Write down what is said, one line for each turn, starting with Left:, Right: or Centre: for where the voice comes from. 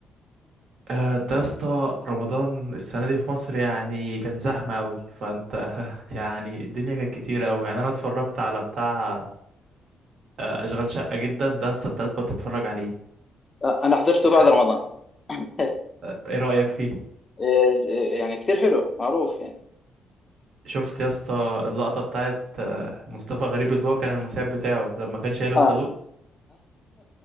Right: آه، أنت يا اسطى رمضان السنة دي في مصر يعني كان زحمة أوي فأنت <laughs> يعني الدنيا كانت كتيرة أوي يعني أنا اتفرجت على بتاع آه، أشغال شقة جدا ده يا اسطى أنت لازم تتفرج عليه
Left: آه، انا حضرته
Right: يعني
Left: بعد رمضان <laughs> إيه،
Right: آه، إيه رأيك فيه؟
Left: إيه، يعني كثير حلو معروف يعني
Right: شفت يا اسطى اللقطة بتاعت آه، مصطفى غريب اللي هو كان المساعد بتاعه لما كان شايل الخازوق؟
Left: اه